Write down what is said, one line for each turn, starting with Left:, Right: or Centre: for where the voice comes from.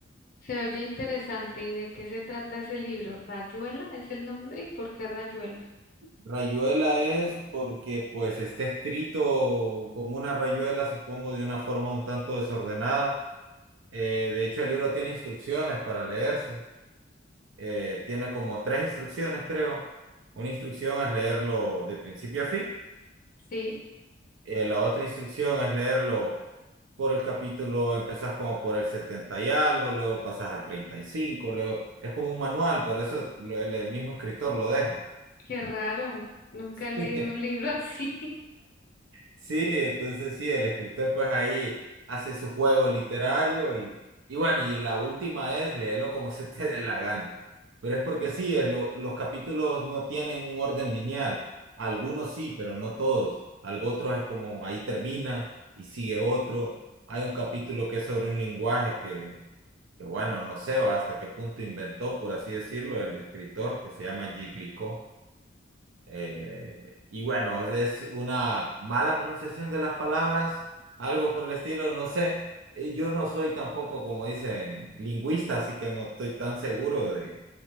Left: se oye interesante. ¿Y de qué se trata ese libro? ¿Rayuela es el nombre? ¿Y por qué Rayuela?
Right: Rayuela es porque pues está escrito como una rayuela, supongo, de una forma un tanto desordenada. Eh, de hecho, el libro tiene instrucciones para leerse. Eh, tiene como tres instrucciones, creo. Una instrucción es leerlo de principio a fin.
Left: Sí,
Right: Eh, la otra instrucción es leerlo por el capítulo, empezás como por el 70 y algo, luego pasas al 35 luego es como un manual, pero eso lo- el, el mismo escritor lo deja.
Left: qué raro. Nunca he leído
Right: <laughs>
Left: un libro <laughs> así.
Right: Sí, entonces sí, el escritor pues ahí hace su juego literario y, y bueno, y la última es léelo como se te dé la gana. Pero es porque sí, es lo- los capítulos no tienen un orden lineal. Algunos sí, pero no todos. Algo otro es como ahí termina y sigue otro. Hay un capítulo que es sobre un lenguaje que que bueno, no sé hasta qué punto inventó, por así decirlo, el escritor que se llama Giglico. Eh, y bueno, es una mala pronunciación de las palabras, algo por el estilo, no sé. Eh, Yo no soy tampoco, como dicen, lingüista, así que no estoy tan seguro de,